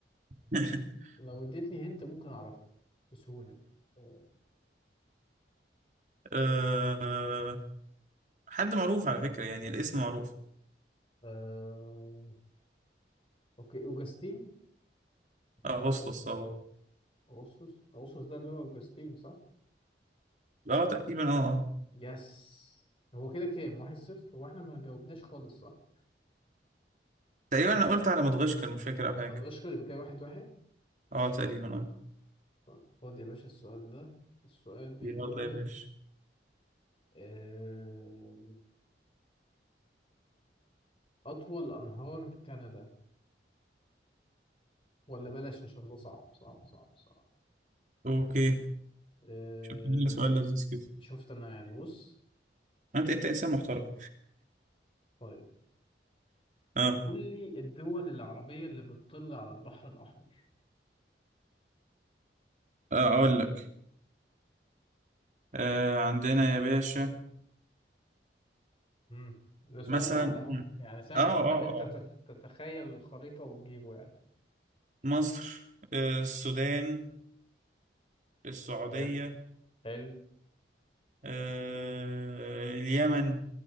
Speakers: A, on the right; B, on the left.
A: <laughs>
B: لو اديتني هنت ممكن اعرفه بسهولة آه...
A: آه... حد معروف على فكره يعني الاسم معروف
B: آه، اوكي اوجستين
A: اغسطس
B: مثلا
A: او
B: اغسطس اغسطس ده اللي هو اوجستين صح
A: اه تقريبا اه آه.
B: يس هو كده كام واحد صفر هو احنا ما جاوبناش خالص صح
A: تقريبا انا قلت على مدغشقر مش فاكر او حاجه
B: ما بلغش يبقى كده واحد واحد
A: اه تقريبا اه
B: طب خد يا باشا السؤال ده السؤال بيقول
A: يلا يا باشا
B: آه... اطول انهار كندا ولا بلاش عشان ده صعب صعب صعب صعب
A: اوكي
B: آه...
A: شكراً، سؤال لذيذ كده
B: شفت انا يعني بص
A: انت انت انسان محترم
B: طيب،
A: اه
B: قول لي الدول العربية اللي بتطل على البحر الأحمر
A: اه اقول لك آه عندنا يا باشا
B: مم. ده سؤال
A: مثلا
B: سهل أهو يعني سهل
A: اه اه
B: حتى إن أنت
A: اه
B: تت- تتخيل الخريطة وتجيبه يعني
A: مصر آه السودان السعودية
B: حلو حلو
A: آه اليمن